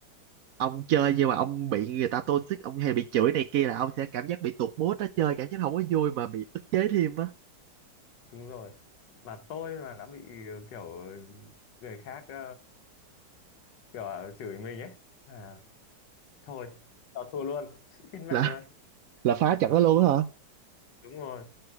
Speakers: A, on the right (about 70°); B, on the left (about 75°).
A: ông chơi nhưng mà ông bị người ta toxic ông hay bị chửi này kia là ông sẽ cảm giác bị tụt mood á chơi cảm giác không có vui mà bị ức chế thêm á
B: đúng rồi mà tôi mà đã bị ờ, kiểu người khác ờ, kiểu là chửi mình ấy à thôi tao thua luôn xin mạng
A: là
B: luôn
A: là phá trận đó luôn á hả
B: đúng rồi